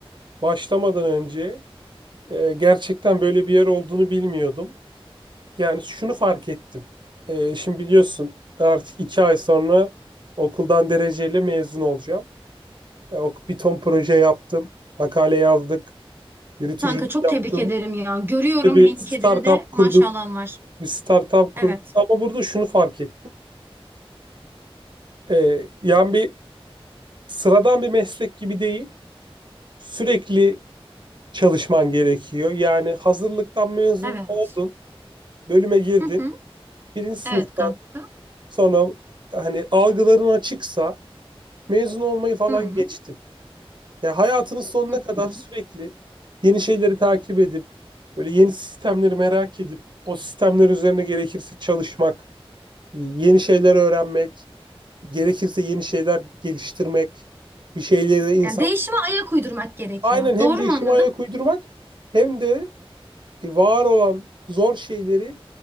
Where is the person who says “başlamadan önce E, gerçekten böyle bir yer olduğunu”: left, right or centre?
Right